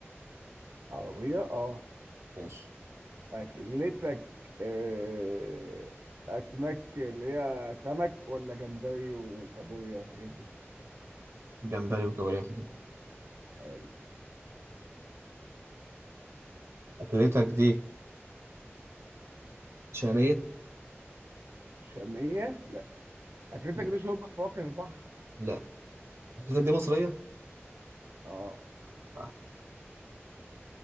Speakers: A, on the right; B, on the right.
A: عربية؟ أه
B: ماشي
A: أكلتك آه، أسماك اللي هي سمك ولا جمبري وكابوريا والحاجات دي؟
B: جمبري وكابوريا وحاجات دي.
A: حلو
B: اكلتك دي شاميه
A: آه، شامية؟ لا اكلتك
B: ماشي
A: دي شوربه فواكه البحر
B: لا اكلتك دي مصريه
A: اه
B: آه.